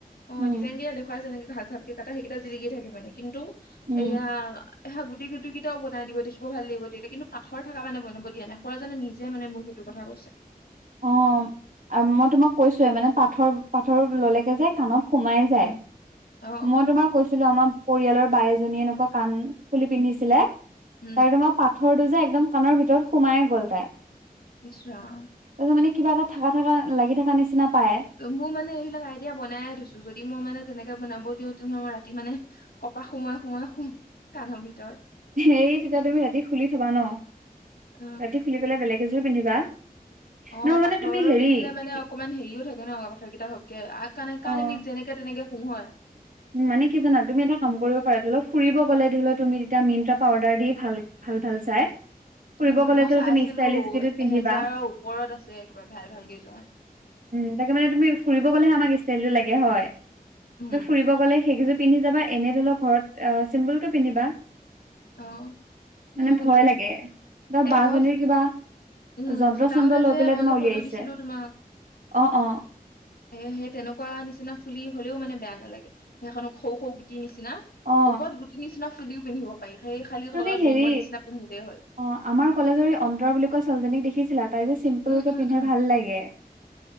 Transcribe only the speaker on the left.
অ',
ডিজাইন কেইটা দেখুৱাই আছে এনেকে ভাত চাতকে কাটা সেইকেইটা জিলিকিয় থাকে মানে কিন্তু
এয়া এহ গট গুট কেইটাও বাই দিব দেখিব ভাল লাগিব তেতিয়া কিু পাথৰ থকা মানে বন দিয়া নেুৰাজনে নিজে মানে মোক সেইটো কথা কৈছে
উম। অ
উম
ইছৰাাম
মোৰ মানে এইবিলাক আইডিয়া বনাই থৈছো যদি মই মানে তেনেকে বনাব দিওঁ তেনেহ'লে মই ৰাতি মানে কপা সোমৰে সোমাই সোম কান্ধৰবি
অ
অ
পাথৰ
পিন্ধিলে মানে
অকনমান হেৰিও থাকে ন পথৰ কেইটা সবকে কাণ
কা আমি যেনেকে তেনেকে নহয়
উম,
মই চাইছিলো
এহেজাৰৰ ওপৰত আছে একবাৰে ভাল ভাল কেইযোৰমান
উম,
অ'
হয়
কথাটো
এই
মই ফুট
উম,
ফুটাওতে
যে
মই
যে ফটো
দিছিলো তোমাক
এ সেই তেনেকুৱা নিচিনা ফুলি হলেও মানে বেয়া নালাগে সেইখনক খৌ খৌ গুটি নিচিনা নিচিনা
ওপৰত গুটি নিচিনা ফুলিও পিন্ধিব পাৰি সেই খালি তলত
ৰিঙৰ নিচিনা পিন্ধিলেই হ'ল।
উম,
উম,
উম,